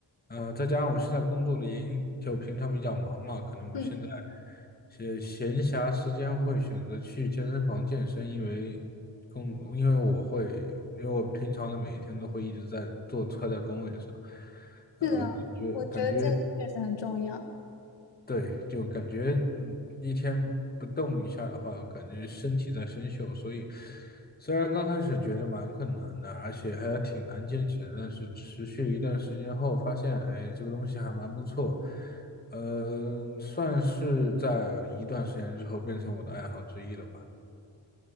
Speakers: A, on the left; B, on the left.
A: 呃，再加上我现在工作的原因，就平常比较忙嘛，可能我现在
B: 嗯，
A: 闲闲暇时间会选择去健身房健身，因为工，因为我会，因为我平常的每一天都会一直在做，坐在工位上，呃，
B: 是的，
A: 感觉感觉
B: 我觉得健身确实很重要。
A: 对，就感觉嗯，一天不动一下的话，感觉身体在生锈，所以虽然刚开始觉得蛮困难的，而且还挺难坚持的但是持续一段时间后，发现哎，这个东西还蛮不错，呃，算是在一段时间之后变成我的爱好之一了吧。